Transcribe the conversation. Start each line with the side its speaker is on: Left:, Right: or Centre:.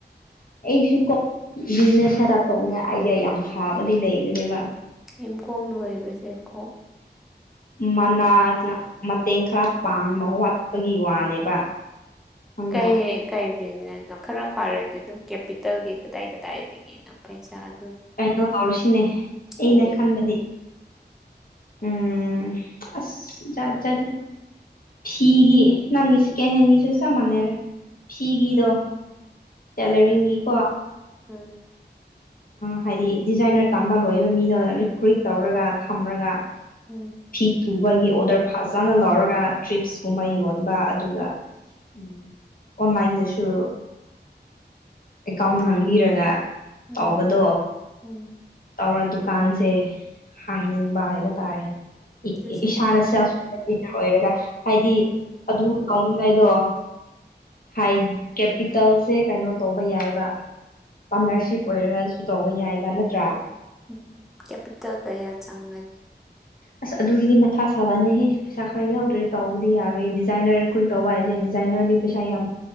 Left: ꯑꯩꯁꯨ ꯀ ꯕꯤꯖꯅꯦꯁ ꯄꯩꯁꯥ ꯇꯥꯞꯄꯣ ꯑꯃꯅ ꯑꯥꯏꯗꯤꯌꯥ ꯌꯥꯝ ꯐꯥꯕꯗꯤ ꯂꯩꯕꯅꯦꯕ
Centre: ꯑ ꯀꯣꯝ ꯂꯣꯏꯕꯁꯦꯀꯣ
Left: ꯃꯅꯥꯖꯅ ꯃꯇꯦꯡ ꯈꯔ ꯄꯥꯡꯕ ꯋꯥꯠꯄꯒꯤ ꯋꯥꯅꯦꯕ ꯈꯪꯕ꯭ꯔꯥ
Centre: ꯀꯥꯏ ꯀꯥꯏ ꯕꯤꯖꯤꯅꯦꯁꯅꯣ ꯈꯔ ꯐꯔꯗꯤ ꯑꯗꯨꯝ ꯀꯦꯄꯤꯇꯦꯜꯒꯤ ꯀꯗꯥꯏ ꯀꯗꯥꯏꯗꯒꯤꯅꯣ ꯄꯩꯁꯥ ꯑꯗꯨꯝ
Left: ꯀꯩꯅꯣ ꯇꯧꯔꯁꯤꯅꯦ ꯑꯩꯅ
Centre: ꯀꯔꯤ
Left: ꯈꯟꯕꯗꯤ ꯎꯝ ꯑꯁꯦ ꯐꯤꯒꯤ ꯅꯪꯒꯤ ꯁꯦꯀꯦꯟ ꯍꯦꯟꯒꯤꯁꯨ ꯆꯞ ꯃꯥꯟꯅꯩꯔꯦ ꯐꯤꯒꯤꯗꯣ
Centre: ꯎꯝ
Left: ꯇꯦꯂꯔꯤꯡꯒꯤꯀꯣ
Centre: ꯎꯝ ꯎꯝ
Left: ꯍꯥꯏꯗꯤ ꯗꯤꯖꯥꯏꯅꯔ ꯇꯝꯕ ꯂꯣꯏꯏꯕ ꯃꯤꯗꯣ ꯔꯤꯀ꯭ꯔꯨꯠ ꯇꯧꯔꯒ ꯊꯝꯔꯒ
Centre: ꯎꯝ
Left: ꯊꯤꯊꯨ ꯑꯩꯈꯣꯏꯒꯤ ꯑꯣꯗꯔ ꯐꯖꯅ ꯂꯧꯔꯒ ꯇ꯭ꯔꯤꯞꯁꯀꯨꯝꯕ ꯌꯣꯟꯕ ꯑꯗꯨꯒ ꯎꯝ ꯑꯣꯟꯂꯥꯏꯟꯗꯁꯨ ꯑꯦꯀꯥꯎꯟ ꯍꯥꯡꯕꯤꯔꯒ
Centre: ꯎꯝ
Left: ꯇꯧꯕꯗꯣ
Centre: ꯎꯝ
Left: ꯇꯧꯔ ꯗꯨꯀꯥꯟꯁꯦ ꯍꯥꯡꯅꯤꯡꯕ ꯍꯥꯏꯕ ꯇꯥꯔꯦ
Centre: ꯑꯗꯨꯁꯨ
Left: ꯏꯁꯥꯅ
Centre: ꯌꯥꯅꯤ
Left: ꯁꯦꯜ ꯑꯣꯏꯔꯒ ꯍꯥꯏꯗꯤ ꯑꯗꯨ ꯇꯧꯅꯤꯡꯉꯥꯏꯗꯣ ꯍ ꯀꯦꯄꯤꯇꯦꯜꯁꯦ ꯀꯥꯏꯅ ꯇꯧꯕ ꯌꯥꯏꯕ ꯄꯥꯔꯠꯅꯔꯁꯤꯞ ꯑꯣꯏꯔꯒꯁꯨ ꯇꯧꯕ ꯌꯥꯏꯕ ꯅꯠꯇ꯭ꯔꯥ
Centre: ꯎꯝ ꯀꯌꯥ ꯄꯤꯠꯇ ꯀꯩ ꯌꯥ ꯆꯪꯔ
Left: ꯑꯁ ꯑꯗꯨꯒꯤꯗꯤ ꯃꯊꯥ ꯁꯥꯕꯅꯦꯍꯦ ꯄꯩꯁꯥ ꯈꯔ ꯌꯥꯎꯗ꯭ꯔꯦ ꯇꯥꯎꯕꯗꯤ ꯌꯥꯔꯣꯏꯦ ꯗꯤꯖꯥꯏꯅꯔ ꯀꯨꯏ ꯇꯧꯕ ꯍꯥꯏꯁꯦ ꯗꯤꯖꯥꯏꯟ ꯄꯩꯁꯥ ꯌꯥꯝ